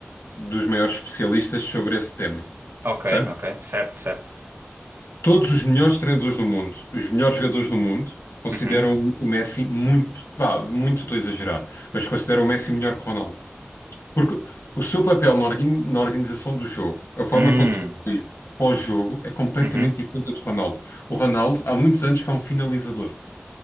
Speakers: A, on the left; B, on the right.
A: dos maiores especialistas sobre esse tema.
B: Ok,
A: Certo?
B: ok. Certo, certo.
A: Todos os melhores treinadores do mundo, os melhores jogadores do mundo, consideram
B: Uhum.
A: o Messi muito. Vá, muito estou a exagerar, mas consideram o Messi melhor que Ronaldo. Porque o seu papel na organ- na organização do jogo, a forma
B: Hum.
A: como contribui pós-jogo, é completamente
B: Uhum.
A: diferente do de Ronaldo. O Ronaldo, há muitos anos que é um finalizador.